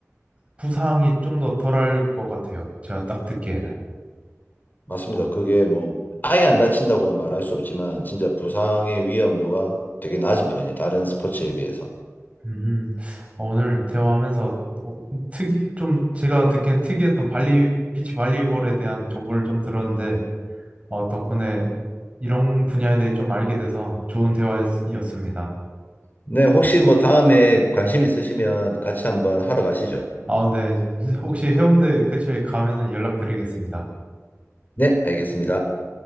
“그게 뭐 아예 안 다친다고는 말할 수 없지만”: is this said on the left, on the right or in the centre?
Left